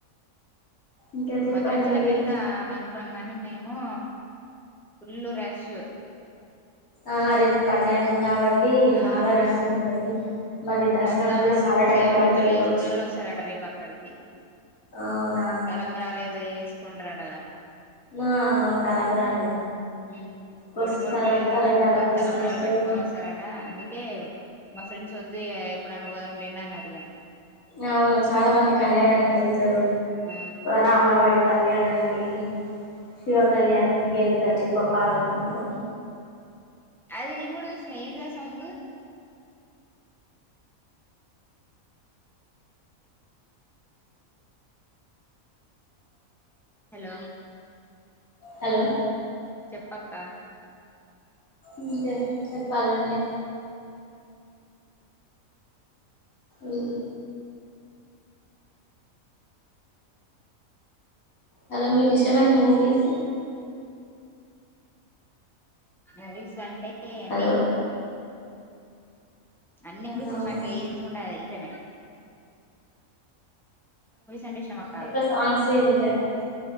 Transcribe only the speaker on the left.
ఇంకా చెప్పండి
మీరు
ఆ రేపు కళ్యాణం కావ ట్టి
బాగా రష్ ఉంటది మళ్ళీ దర్శనానికి
కూడా చాలా టైం
పడుతుందివచ్చు
అవునా
నా అ వును తలంబ్రాలు
కోస్
తరం
తలంబ్రాల
కోసం
వస్తారు
అవును చాలా మంది కళ్యాణానికివెళ్ ఇద్దరు
రాములవారి కళ్యాణానికి శివ కళ్యాణానికి వెళ్తారు ఇక్కువ పార్వతముంలో
హలో
ఇంకే చెప్పాలండి ఉ హలో మీకు ఇష్టమైన మూవీస్
హలో
అవునా
ఎక్కువ సాంగ్స్ <unintelligible> వింటారా